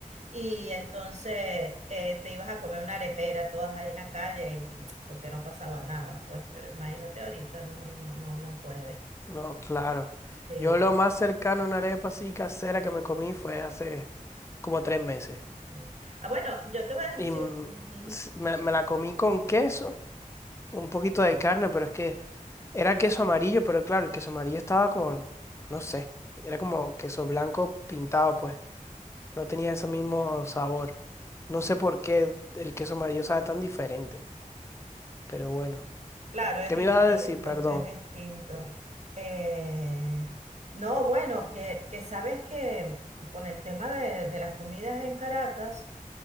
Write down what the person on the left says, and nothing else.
No, claro.
Yo lo más cercano a una arepa así casera que me comí fue hace como tres meses.
Y
mm,
s- me,
me la comí con queso, un poquito de carne, pero es que era queso amarillo, pero claro, el queso amarillo estaba como, no sé, era como queso blanco pintado, pues. No tenía ese mismo sabor. No
sé por qué el queso amarillo sabe tan diferente, pero bueno.
¿Qué
me ibas a decir? Perdón.